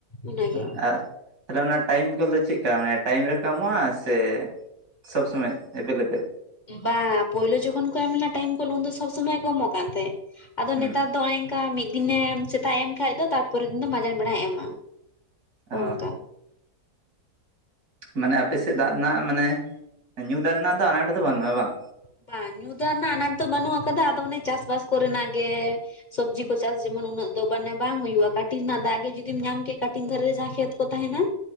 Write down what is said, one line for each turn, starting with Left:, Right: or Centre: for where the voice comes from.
Left: ᱚᱱᱟᱜᱮ
Right: <inaudible> ᱛᱟᱦᱚᱞᱮ ᱚᱱᱟ ᱴᱟᱭᱤᱢ ᱠᱚᱞ ᱫᱚ ᱪᱮᱫ ᱞᱮᱠᱟ ᱢᱟᱱᱮ ᱴᱟᱭᱤᱢ ᱨᱮᱠᱚ ᱮᱢᱚᱜᱼᱟ ᱥᱮ ᱥᱚᱵ ᱥᱚᱢᱚᱭ ᱮᱵᱮᱞ ᱮᱵᱮᱞ?
Left: ᱵᱟ ᱯᱳᱭᱞᱳ ᱡᱚᱠᱷᱚᱱ ᱠᱚ ᱮᱢ ᱞᱮᱱᱟ ᱴᱟᱭᱤᱢ ᱠᱚᱞ ᱩᱱ ᱫᱚ ᱥᱚᱵᱽ ᱥᱚᱢᱚᱭ ᱠᱚ ᱮᱢᱚᱜ ᱠᱟᱱ ᱛᱟᱦᱮᱸᱫ, ᱟᱫᱚ
Right: ᱦᱩᱸ
Left: ᱱᱮᱛᱟᱨ ᱫᱚ <inaudible> ᱚᱱᱠᱟ ᱢᱤᱫ ᱫᱤᱱᱮ ᱥᱮᱛᱟᱜ ᱮ ᱮᱢ ᱠᱷᱟᱱ ᱫᱚ ᱛᱟᱨᱯᱚᱨᱮ ᱫᱤᱱ ᱫᱚ ᱢᱟᱡᱟᱱ ᱵᱮᱲᱟᱭ ᱮᱢᱟ᱾
Right: ᱚ
Left: ᱚᱱᱠᱟ
Right: ᱢᱟᱱᱮ ᱟᱯᱮ ᱥᱮᱫ ᱫᱟᱜ ᱨᱮᱱᱟᱜ ᱢᱟᱱᱮ, ᱧᱩ ᱫᱟᱜ ᱨᱮᱱᱟᱜ ᱫᱚ ᱟᱱᱟᱴ ᱫᱚ ᱵᱟᱹᱱᱩᱜᱼᱟ ᱵᱟᱝ?
Left: <inaudible> ᱧᱩ ᱫᱟᱜ ᱨᱮᱱᱟᱜ ᱟᱱᱟᱴ ᱫᱚ ᱵᱟᱹᱱᱩᱜ ᱟᱠᱟᱫᱟ, ᱟᱫᱚ ᱚᱱᱮ ᱪᱟᱥ-ᱵᱟᱥ ᱠᱚᱨᱮᱱᱟᱜ ᱜᱮ᱾ ᱥᱚᱵᱽᱡᱤ ᱠᱚ ᱪᱟᱥ ᱡᱮᱢᱚᱱ ᱩᱱᱟᱹᱜ ᱫᱚ ᱢᱟᱱᱮ ᱵᱟᱝ ᱦᱩᱭᱩᱜᱼᱟ, ᱠᱟᱹᱴᱤᱱ ᱨᱮᱱᱟᱜ ᱫᱟᱜ ᱜᱮ ᱡᱩᱫᱤᱢ ᱧᱟᱢ ᱠᱮ ᱠᱟᱹᱴᱤᱱ ᱫᱷᱟᱨᱮ ᱡᱟᱸᱦᱟ ᱠᱷᱮᱛ ᱠᱚ ᱛᱟᱦᱮᱱᱟ᱾